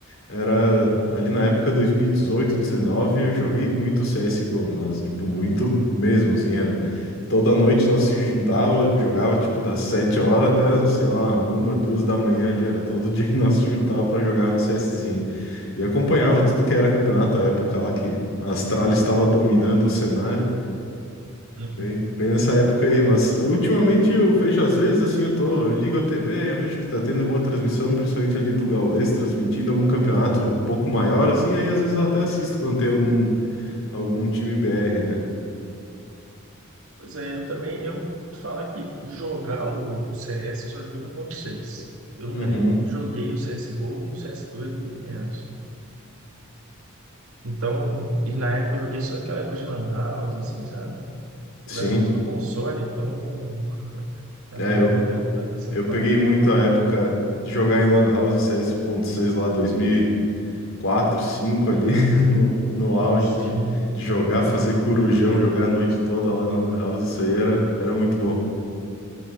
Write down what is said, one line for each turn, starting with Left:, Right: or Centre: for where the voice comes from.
Left: Era
Right: uhum,
Left: ali na época 2018, 19, eu joguei muito CSGO, mas tipo muito mesmo, assim, era. Toda noite nós se juntava, jogava tipo das 7 horas até, sei lá, uma, duas da manhã ali, era todo <laughs> dia que nós se juntava para jogar um CSzinho. E acompanhava tudo que era campeonato, a época lá que a Astralis estava dominando o cenário.
Right: uhum.
Left: Bem, bem nessa época aí, mas ultimamente eu vejo, às vezes, assim, eu tô, eu ligo a TV, aí eu vejo que tá tendo alguma transmissão, principalmente ali do Gaulês, transmitindo algum campeonato um pouco maior, assim, aí às vezes eu até assisto quando tem algum, algum time BR, né?
Right: Pois é, eu também, eu te falar que jogar o, o CS eu só joguei 1.6. Eu nunca
Left: Uhum,
Right: nem joguei o CSGO e o cs dois muito menos. Então, e na época eu joguei só aquela época de Lan House, assim, sabe? Eu
Left: sim.
Right: era muito do console, então acabei
Left: É,
Right: não
Left: eu,
Right: pegando tanto essa
Left: eu
Right: fase
Left: peguei muito
Right: aí do...
Left: a época de jogar em Lan House CS seis lá, 2004, cinco ali, <laughs> no, no auge
Right: Sim,
Left: de, de jogar, fazer corujão, jogar a noite toda lá na Lan House, isso aí era, era muito bom.